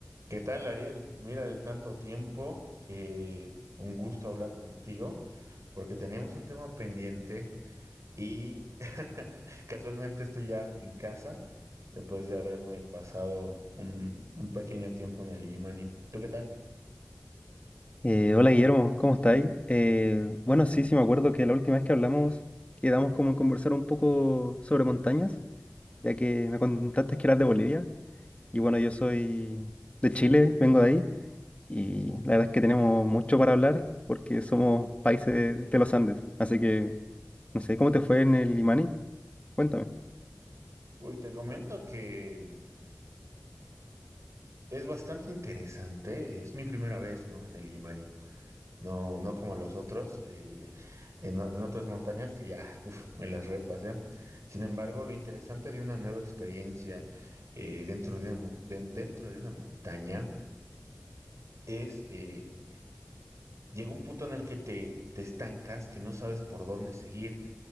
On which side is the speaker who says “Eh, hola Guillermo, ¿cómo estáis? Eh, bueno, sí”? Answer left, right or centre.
Left